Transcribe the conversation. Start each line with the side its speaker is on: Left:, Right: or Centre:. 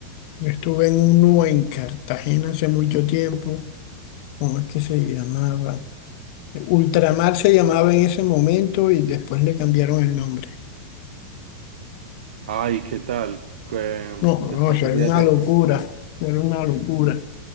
Left: Yo estuve en uno en Cartagena hace mucho tiempo. ¿Cómo es que se llamaba? Ultramar se llamaba en ese momento y después le cambiaron el nombre.
Right: Ay, ¿qué tal? ¿Qué-
Left: No,
Right: ¿De
Left: no,
Right: cuántos
Left: eso era
Right: días
Left: una
Right: eran
Left: locura. Era una locura.